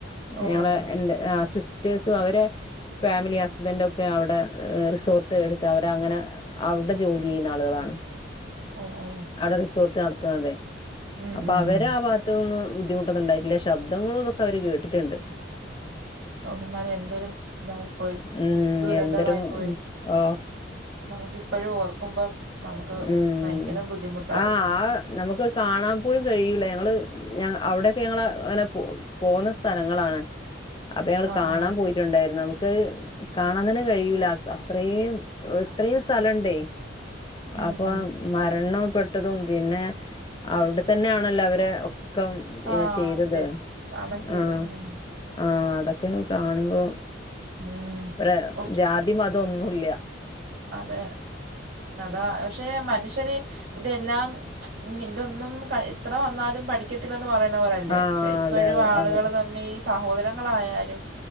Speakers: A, on the right; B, on the left.
A: ഓ
B: ഞങ്ങളെ
A: ഓ
B: എന്റെ സിസ്റ്റേഴ്സും അവരെ ഫാമിലി ഹസ്ബൻ്റൊക്കെ അവ്ടെ റിസോർട്ട് എട്ത്ത് അവര് അങ്ങനെ അവ്ടെ ജോലി ചെയ്യ്ന്നാ ആള്‌കളാണ്
A: ഓ ഓ
B: അവിടെ റിസോർട്ട് നട്ത്ത്ന്നതെ
A: ഉം
B: അപ്പ
A: ഉം
B: അവരാ
A: ഉം
B: ഭാത്ത്ന്നൊന്നും ബുദ്ധിമുട്ടൊന്നുണ്ടായിട്ടില്ല ശബ്ദങ്ങളും തൊക്കെ അവര് കേട്ടിട്ട്ണ്ട്.
A: ഉം. ഓ എന്നാലും എന്തൊരും ഇതായി പോയി
B: ഉം
A: ദുരന്തമായി
B: എന്തൊരു
A: പോയി
B: ഉം ഓഹ്
A: നമുക്ക് ഇപ്പഴും ഓർക്കുമ്പോ നമുക്ക്
B: ഉം
A: ഭയങ്കരം ബുദ്ധിമുട്ടാ അത്
B: ആഹ് ആ നമുക്ക് കാണാൻ പോലും കഴിയൂല്ല ഞങ്ങള് ഞ അവിടെ <unintelligible> അങ്ങനെ പോന്ന സ്ഥലങ്ങളാണ് അപ്പൊ ഞങ്ങള്
A: ആഹ്
B: കാണാൻ
A: ആഹ്
B: പോയി യിട്ട്ണ്ടായിര്ന്നു നമുക്ക് കാണാൻ തന്നെ കഴിയൂല അത്രയും ഇത്രയും സ്ഥലണ്ടേ
A: ഉം
B: അപ്പൊ അ മരണം പെട്ടതും പിന്നെ അവിടെ തന്നെയാണല്ലോ അവരെ ക്കം
A: ആഹ്
B: ചെയ്തത്
A: അതെ അടക്കിയത്
B: ആഹ്
A: ഉം
B: ആഹ് അതൊക്കെ ഒന്ന് കാണുമ്പോ
A: ഉം
B: ഒരു അ
A: ഓ
B: ജാതി മതം ന്നുല്ല്യ
A: അതെ അതാ പക്ഷെ മനുഷ്യര് ഇതെല്ലാം ഇതൊന്നും ഇത്ര വന്നാലും പഠിക്കത്തില്ലന്ന് പറയ ന്ന പോലല്ലേ
B: ആഹ്
A: ചെ ഇപ്പോഴും
B: അതെ അതെ
A: ആളുകൾ
B: അതെ
A: ത മ്മീ സഹോദരങ്ങളായാലും